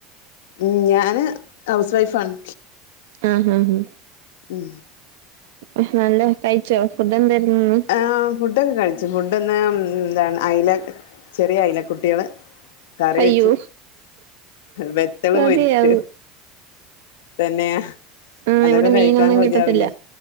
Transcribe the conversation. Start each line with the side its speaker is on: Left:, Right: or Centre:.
Left: ഉം, ഞാന് ഹൗസ് വൈഫാണ്
Right: ആ ഹഹ ഹ്
Left: <unintelligible>
Right: <unintelligible> നല്ല കഴിച്ചോ ഫുഡ് എന്തായിരുന്നു ഇന്ന്
Left: ആഹ്, ഫുഡ്ഡൊക്കെ കഴിച്ചു. ഫുഡ്ഡ്ന്ന് എന്താണ് ഐല ചെറിയെ ഐല കുട്ടീയള് കറി
Right: അയ്യോ
Left: വെച്ചു. വെത്തള്
Right: കൊതിയാവും
Left: പൊരിച്ചു തെന്നേഹ്.
Right: ആഹ്
Left: അതൊക്കെ
Right: ഇവിടെ
Left: കഴിക്കാൻ
Right: മീനൊന്നും
Left: കൊതിയാവില്ലെ
Right: കിട്ടത്തില്ല